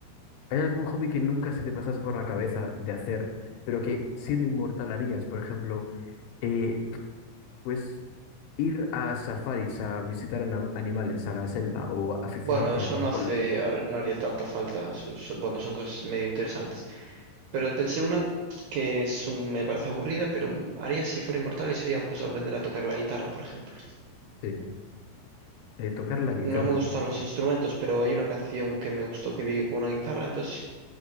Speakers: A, on the left (about 75°); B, on the right (about 75°).
A: ¿Hay algún hobby que nunca se te pasase por la cabeza de hacer, pero que siendo inmortal harías? Por ejemplo, eh, pues ir a safaris, a visitar ana- animales, a la selva o aficionarte
B: Bueno, eso
A: al
B: no
A: golf,
B: hace, ar- no haría tanta falta. Eso es- bueno, son cosas medio interesantes. Pero pensé una que es un- me parece aburrida, pero m- haría si fuera inmortal y sería pues aprender a tocar la guitarra, por ejemplo.
A: sí, eh, tocar la guitarra.
B: No me gustan
A: en fin.
B: los instrumentos, pero hay una canción que me gustó que vi con una guitarra, entonces,